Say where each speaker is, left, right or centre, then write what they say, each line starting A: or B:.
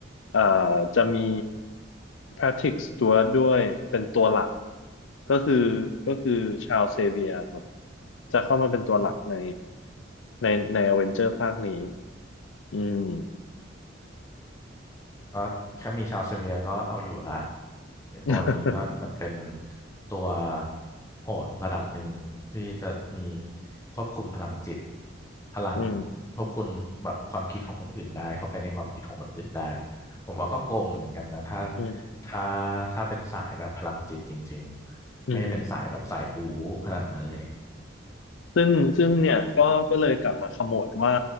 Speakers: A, on the left (about 80°); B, on the left (about 15°).
A: เอ่อจะมี Patrick Stewart ด้วยเป็นตัวหลักก็คือก็คือชา l เซเวียครับจะเข้ามาเป็นตัวหลักในในใน Avenger ภาคนี้อืม
B: ก็แค่มีชาวเซเบียก็เอาอยู่ละ
A: <laughs>
B: ตัวนี้ก็เหมือนเป็นตัวโหดระดับหนึ่งที่จะมีควบคุมพลังจิตพลัง
A: อืม
B: อืควบมคุมแบบความคิดของคนอื่นได้เข้าไปในความคิดของคนอื่นได้ผมว่าก็โกงอยู่เหมือนกันนะถ้า
A: อืม
B: ถ้าถ้าเป็นสายแบบพลังจิตจริงๆไม่ได้เป็นสายอืแบบมสายบู๊ขนาดนั้นเลย
A: อืม ซึ่งซึ่งเนี่ยก็ก็เลยกลับมาขมวดว่า